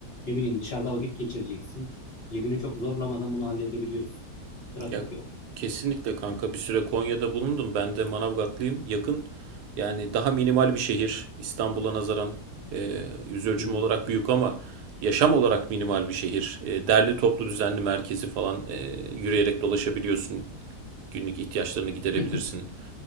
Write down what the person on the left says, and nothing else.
Ne bileyim dışarıda vakit geçireceksin. Cebini çok zorlamadan bunu halledebiliyorsun. Trafik
yok.
Hı hı.
<laughs>